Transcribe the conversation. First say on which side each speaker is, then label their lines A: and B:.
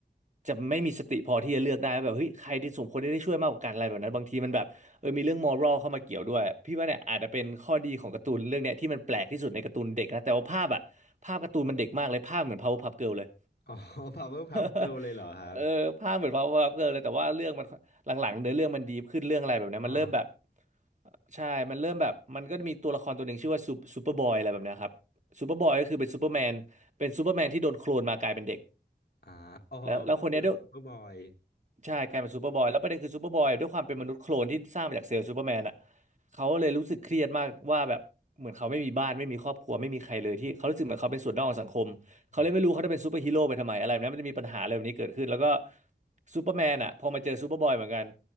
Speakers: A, on the right; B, on the left.
A: จะไม่มีสติพอที่จะเลือกได้ว่าแบบเฮ้ยใครที่สมควรได้ช่วยมากกว่ากันอะไรแบบนั้นบางทีมันแบบ เออมีเรื่องมอรัลเข้ามาเกี่ยวด้วยพี่ว่าเนี่ยอาจจะเป็นข้อดีของการ์ตูนเรื่องเนี้ยที่มันแปลกที่สุดในการ์ตูนเด็กนะแต่ว่าภาพอะภาพการ์ตูนมันเด็กมากเลยภาพเหมือน Powerpuff Girl เลย
B: อ๋อพาวเวอร์พับเกิลเลยเหรอครับ
A: <laughs> เออภาพเหมือน Powerpuff Girl เลยแต่ว่าเรื่องมันหลังๆเนื้อเรื่องมันดีขึ้นเรื่องอะไรแบบเนี้ยมันเริ่มแบบ
B: อ๋อ
A: ใช่มันเริ่มแบบมันก็มีตัวละครตัวหนึ่งชื่อว่าซูซูเปอร์บอยอะไรแบบเนี้ยครับซูเปอร์บอยก็คือเป็นซูเปอร์แมนเป็นซูเปอร์แมนที่โดนโคลนมากลายเป็นเด็ก
B: อ่าอ๋อก็คือซูเปอร์บอย
A: แล้วแล้วคนเนี้ยด้วย ใช่กลายเป็นซูเปอร์บอยแล้วประเด็นคือซูเปอร์บอยด้วยความเป็นมนุษย์โคลนที่สร้างมาจากเซลล์ซูเปอร์แมนอ่ะเขาเลยรู้สึกเครียดมากว่าแบบเหมือนเขาไม่มีบ้านไม่มีครอบครัวไม่มีใครเลยที่เขารู้สึกเหมือนเขาเป็นส่วนนอกของสังคมเขาเลยไม่รู้เขาจะเป็นซูเปอร์ฮีโร่ไปทำไมอะไรแบบนั้นมันจะมีปัญหาอะไรแบบนี้เกิดขึ้นแล้วก็
B: อืม
A: ซูเปอร์แมนอ่ะพอมาเจอซูเปอร์บอยเหมือนกัน